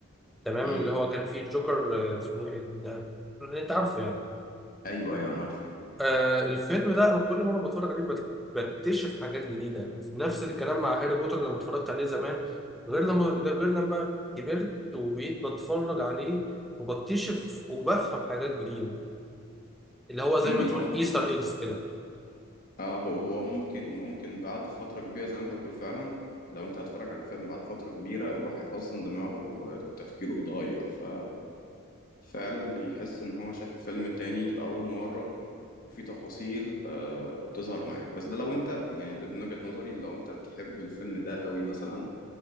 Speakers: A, in the centre; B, on the left (about 45°).
A: تمام
B: مم.
A: اللي هو كان فيه الجوكر آه، اسمه ايه ده اللي انت عارفه يعني
B: أيوه أيوه أنا عارف
A: آه الفيلم ده انا كل مره بتفرج عليه بت- بكتشف حاجات جديده نفس الكلام مع هاري بوتر لما اتفرجت عليه زمان غير لما غير لما كبرت وبقيت بتفرج عليه وبكتشف وبفهم حاجات جديده اللي هو زي
B: مم.
A: ما تقول
B: هو
A: ايستر ايجز كده
B: آه هو هو ممكن ممكن بعد فترة كبيرة زي ما أنت بتقول فعلا لو أنت هتتفرج على الفيلم بعد فترة كبيرة الواحد أصلا دماغه آه، وتفكيره بيتغير ف فعلا بيحس ان هو شايف الفيلم التاني لأول مرة وفي تفاصيل آه، بتظهر معاك بس ده لو انت يعني ده من وجهة نظري لو انت بتحب الفيلم ده قوي مثلا